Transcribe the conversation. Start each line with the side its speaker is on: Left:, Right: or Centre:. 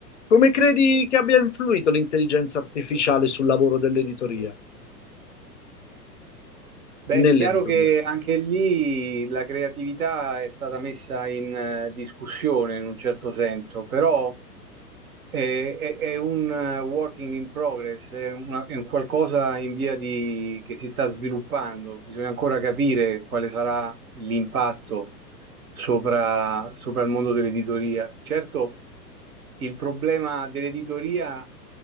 Left: Come credi che abbia influito l'intelligenza artificiale sul lavoro dell'editoria,
Right: Beh,
Left: nell'editoria?
Right: è chiaro che anche lì la creatività è stata messa in eh, discussione in un certo senso, però è, è- è un eh, working in progress, è, una- è un qualcosa in via di, che si sta sviluppando. Bisogna ancora capire quale sarà l'impatto sopra, sopra il mondo dell'editoria. Certo, il problema dell'editoria,